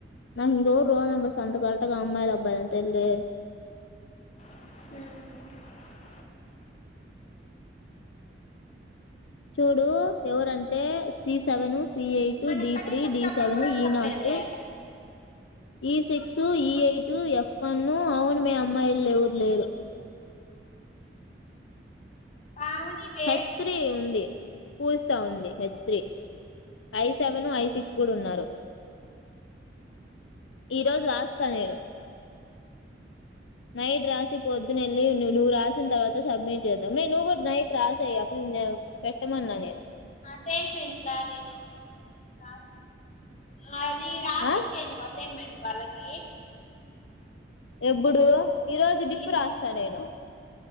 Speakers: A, on the left; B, on the left.
A: నాకు ఇంకెవరు రోల్ నంబర్స్ అంత కరెక్ట్ గొ అమ్మాయిల బనంతల్లే
B: హ్మ్
A: చూడూ ఎవరంటే సి సెవెను సి ఎయిట్
B: మనకు
A: డి
B: కనీసం
A: త్రీ డి
B: చెప్పను
A: సెవెను
B: కూడా
A: ఈ
B: చెప్పలేదే
A: నాట్ E six E eight F one అవును మే అమ్మాయిల్లో ఎవరు లేరు
B: పావని వేస్ట్
A: హెచ్ తీ
B: మే
A: ఉంది పూజిత ఉంది H three I seven, I six గుడు ఉన్నారు, ఈరోజు రాస్సా నేను నైడ్ రాజ్ తి పొద్దునెళ్ళి ను నువ్వు రాసిన తర్వాత సబ్మిట్ చేద్దం, మే నువ్వ్ గు నైట్ రాసెయ్ అప్ప్నినేవ్ పెట్టమన్నా నేను
B: అ సే వింట్లా నేను రాశి అది రాసిచ్చేయ్
A: ఆ
B: నువ్ అసేన్ మె వాల్లకి
A: ఎబ్బుడు ఈ రోజు డిప్పు
B: నీది
A: రాస్సా నేను